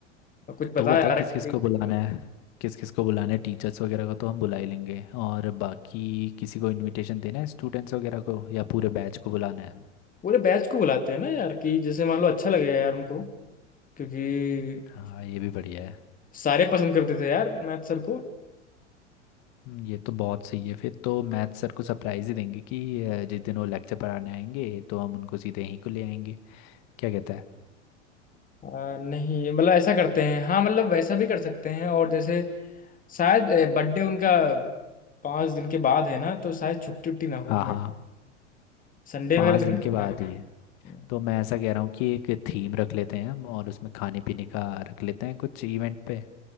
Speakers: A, on the left; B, on the left.
A: और कुछ बता
B: तू बता
A: यार
B: किस
A: एक्टिविटीज
B: किस को बुलाना है किस किस को बुलाना है टीचर्स वगैरह को तो हम बुला ही लेंगे और बाकी किसी को इनविटेशन देना है स्टूडेंट्स वगैरह को या पूरे बैच को बुलाना है
A: पूरे बैच को बुलाते हैं ना यार कि जैसे मान लो अच्छा लगेगा यार उनको क्योंकि
B: हाँ ये भी बढ़िया है
A: सारे पसंद करते थे यार मैथ सर को
B: हम्म, ये तो बहुत सही है फिर तो मैथ सर को सरप्राइज ही देंगे कि अ, जिस दिन वो लेक्चर पढ़ाने आएंगे तो हम उनको सीधे यहीं को ले आएंगे क्या कहता है
A: आ, नहीं मतलब ऐसा करते हैं हाँ मतलब वैसा भी कर सकते हैं और जैसे शायद बर्थडे उनका पाँच दिन के बाद है ना तो शायद छुट्टी उट्टी ना हो
B: हाँ
A: मैं
B: हाँ
A: संडे
B: पाँच
A: वगैरह तो
B: दिन
A: नहीं
B: के बाद ही हम्म है
A: होगा?
B: तो मैं ऐसा कह रहा हूँ कि एक थीम रख लेते हैं हम और उसमें खाने पीने का रख लेते हैं कुछ इवेंट पे